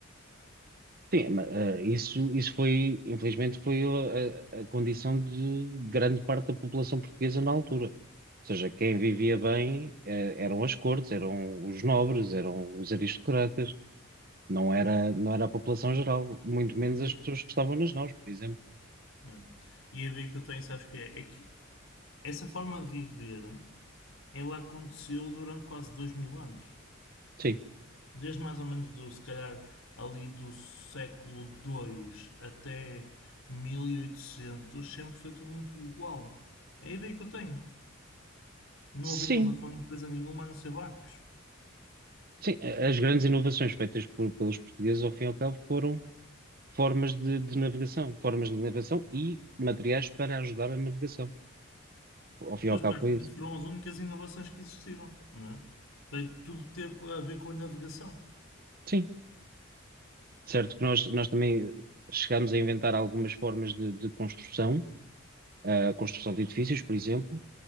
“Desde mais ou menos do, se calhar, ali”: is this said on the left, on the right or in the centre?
Left